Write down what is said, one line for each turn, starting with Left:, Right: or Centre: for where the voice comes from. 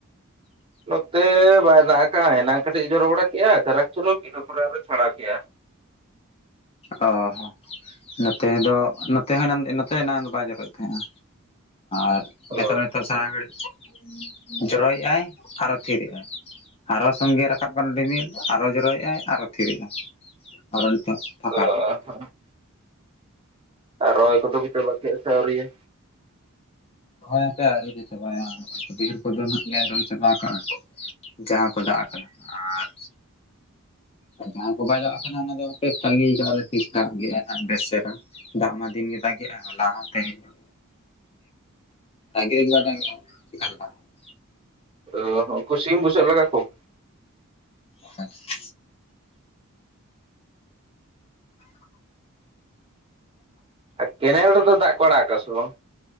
Right: ᱱᱚᱛᱮ ᱵᱟᱭ ᱫᱟᱜ ᱠᱟᱜᱼᱟᱭ ᱮᱱᱟᱝ ᱠᱟᱹᱴᱤᱡ ᱡᱚᱨᱚ ᱵᱟᱲᱟ ᱠᱮᱜᱼᱟᱭ ᱪᱟᱨᱟᱠ ᱪᱚᱨᱚᱠ, ᱤᱱᱟᱹ ᱯᱚᱨᱮ ᱟᱨᱚ ᱪᱷᱟᱲᱟᱣ ᱠᱮᱜᱼᱟᱭ᱾
Left: ᱚ ᱦᱚᱸ ᱱᱚᱛᱮ ᱫᱚ, ᱱᱚᱛᱮ ᱦᱚᱸ ᱮᱱᱟᱱ ᱱᱚᱛᱮ ᱮᱱᱟᱱ ᱫᱚ ᱵᱟᱭ ᱡᱚᱨᱚᱭᱮᱫ ᱛᱟᱦᱮᱸᱼᱟ᱾ ᱟᱨ
Right: ᱚ
Left: ᱱᱤᱛᱚᱜ ᱱᱤᱛᱚᱜ ᱥᱟᱨᱟ ᱜᱷᱟᱹᱲᱤᱡ ᱤᱸ ᱡᱚᱨᱚᱭᱮᱜᱼᱟᱭ ᱟᱨᱚ ᱛᱷᱤᱨᱮᱜᱼᱟᱭ᱾ ᱟᱨᱚ ᱥᱚᱸᱜᱮ ᱨᱟᱠᱟᱵ ᱠᱟᱱᱟ ᱨᱤᱢᱤᱞ ᱟᱨᱚ ᱡᱚᱨᱚᱭᱮᱼᱟᱭ ᱟᱨᱚ ᱛᱷᱤᱨᱮᱜ-ᱟᱭ, ᱟᱨᱚ ᱱᱤᱛᱚᱜ ᱯᱷᱟᱸᱠᱟ
Right: ᱚ
Left: ᱟᱠᱟᱜᱼᱟᱭ
Right: ᱟᱨ ᱨᱚᱦᱚᱭ ᱠᱚᱫᱚ ᱯᱮ ᱪᱟᱵᱟ ᱠᱮᱜ-ᱟ ᱥᱮ ᱟᱣᱨᱤᱭᱟ?
Left: ᱫᱚᱦᱚᱭ ᱦᱟᱯᱮ ᱟᱹᱣᱨᱤ ᱞᱮ ᱪᱟᱵᱟᱭᱟ, ᱵᱟᱹᱭᱷᱟᱹᱲ ᱠᱚᱫᱚ ᱱᱦᱟᱜ ᱞᱮ ᱨᱚᱦᱚᱭ ᱪᱟᱵᱟ ᱟᱠᱟᱜᱼᱟ᱾ ᱡᱟᱦᱟᱸ ᱠᱚ ᱫᱟᱜ ᱠᱟᱱᱟ ᱟᱨ ᱟᱨ ᱡᱟᱦᱟᱸ ᱠᱚ ᱵᱟᱭ ᱫᱟᱜ ᱟᱠᱟᱱᱟ ᱚᱱᱟ ᱫᱚ ᱦᱟᱯᱮ ᱛᱟᱺᱜᱤ ᱟᱠᱟᱜᱼᱟ ᱞᱮ ᱛᱤᱥ ᱫᱟᱜᱮᱜ-ᱟᱭ ᱵᱥᱮ ᱪᱮᱨᱷᱟ᱾ ᱫᱟᱜ ᱢᱟ ᱫᱤᱱ ᱜᱮ ᱫᱟᱜᱸᱮᱜᱼᱟ ᱦᱚᱞᱟ ᱦᱚᱸ ᱛᱤᱦᱤᱧ ᱦᱚᱸ ᱫᱤᱱᱜᱤ <unintelligible> <unintelligible>
Right: ᱚ ᱩᱱᱠᱩ ᱥᱤᱢ ᱵᱩᱥᱟᱹᱜ ᱞᱟᱜᱟ ᱠᱚᱢ᱾
Left: <unintelligible>
Right: ᱟᱨ ᱠᱮᱱᱮᱞ ᱨᱮᱫᱚ ᱫᱟᱜ ᱠᱚ ᱟᱲᱟᱜ ᱟᱠᱟᱫᱟ ᱥᱮ ᱵᱟᱝ?